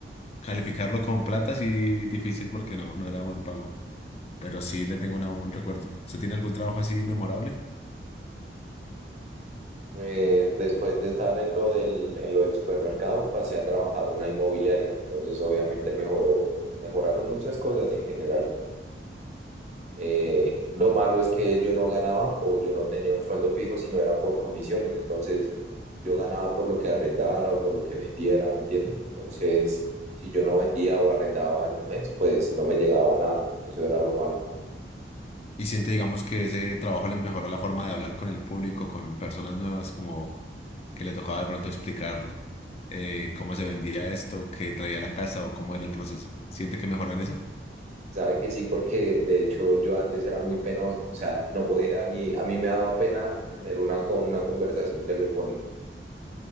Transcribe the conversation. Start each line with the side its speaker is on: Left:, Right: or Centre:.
Left: calificarlo con plata sí difícil porque no, no era buen pago, pero sí le tengo una- un recuerdo. ¿Usted tiene algún trabajo así memorable?
Right: Pues después de estar en lo del, en lo del supermercado, pasé a trabajar una inmobiliaria. Entonces, obviamente mejoró, mejoraron muchas cosas en general. Eh, lo malo es que yo no ganaba o yo no tenía un sueldo fijo, sino eran por comisiones. Entonces, yo ganaba por lo que arrendara o por lo que vendiera, ¿me entiendes? Entonces, si yo no vendía o arrendaba en un mes, pues no me llegaba nada. Eso era lo malo.
Left: Y siente, digamos, que ese trabajo le mejoró la forma de hablar con el público, con personas nuevas, como que le tocaba de pronto explicar eh, cómo se vendía esto, qué traía la casa o cómo era el proceso. ¿Siente que mejoró en eso?
Right: Sabe que sí, porque de hecho yo antes era muy penoso, o sea, no podía ni, a mí me daba pena tener una, con una conversación telefónica.